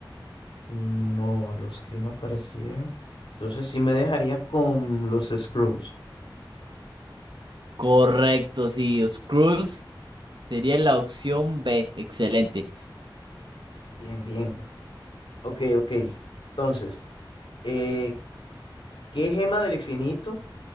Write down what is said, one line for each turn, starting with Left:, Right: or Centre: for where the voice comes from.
Left: no, los Kree no aparecieron. Entonces sí me dejaría con los Skrulls.
Right: Correcto, sí, Skrulls sería la opción B. Excelente.
Left: Bien, bien. Ok, ok. Entonces, eh, ¿qué gema del infinito